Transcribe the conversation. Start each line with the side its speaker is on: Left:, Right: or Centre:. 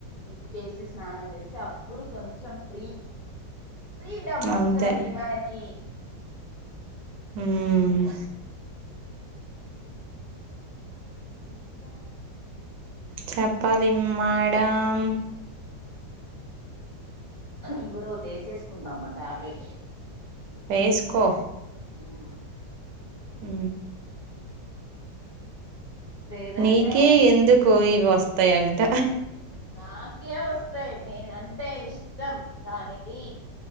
Left: ఉతి కేేసి స్నానం చేస్తే అప్పుడు కొంచెం ఫ్రీ ఫ్రీడాం వస్తాది
Right: అంతే
Left: మనకి
Right: ఆమ్
Left: ఇంకా
Right: చప్పాలి మా అమ్
Left: ఇంప్పుడు టేస్సుకుంటామ్మా టాబ్లెట్
Right: ఎేసుకో
Left: ఆ
Right: ఉ
Left: లేదంటే
Right: నీకే ఎందు కోయివా వస్తాయంట
Left: నాకే వస్తాయి నేన అంటే ఇష్ట ఇత్తం దానికి